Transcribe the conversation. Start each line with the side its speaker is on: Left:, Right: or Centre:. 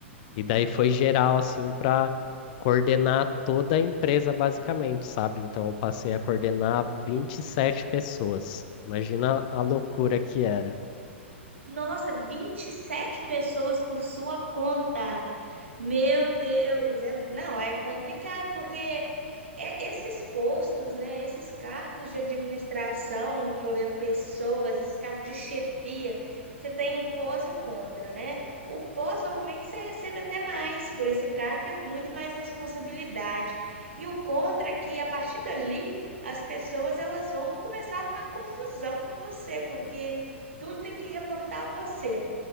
Left: E daí foi geral, assim, para coordenar toda a empresa, basicamente, sabe? Então, eu passei a coordenar 27 pessoas. Imagina a loucura que era.
Right: Nossa, 27 pessoas por sua conta. Meu Deus, é- não, é complicado porque é- esses postos, né, esses cargos de administração envolvendo pessoas, esses cargos de chefia, você tem um pós e um contra, né? O pós normalmente você recebe até mais por esse cargo, que é muito mais responsabilidade. E o contra é que a partir dali as pessoas elas vão começar a arrumar confusão com você, porque tudo tem que reportar a você.